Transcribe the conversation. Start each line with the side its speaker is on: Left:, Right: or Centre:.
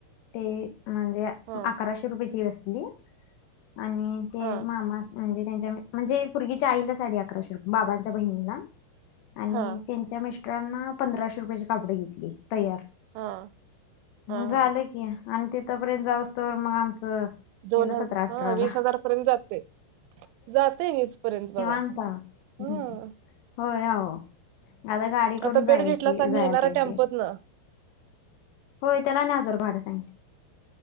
Left: ते म्हणजे
Right: हा
Left: अकराशे रुपयेची बसली. आणि ते
Right: हा
Left: मामा म्हणजे त्यांच्या म्हणजे पूर्गीच्या आईला साडी अकराशे बाबांच्या बहिणीला आणि
Right: हा
Left: मिस्टरांना पंधराशे रुपयाेचे कापडे घेतली तयार
Right: हा हा
Left: झालं
Right: हा
Left: की आणि तिथपर्यंत जाऊसत मग आमचं
Right: दोन
Left: गेलं
Right: हज
Left: सतरा अठराला
Right: हा वीस हजार पर्यंत जाते जाते वीस पयंत
Left: निवांत
Right: बघा
Left: हम्म.
Right: ह!
Left: होय आ आता गाडी करून
Right: आता बेड
Left: जायची
Right: घेतलास आणि
Left: जायला
Right: येणार
Left: पाहिजे
Right: टेम्पोत न
Left: होय त्याला न हजर भाड सांगल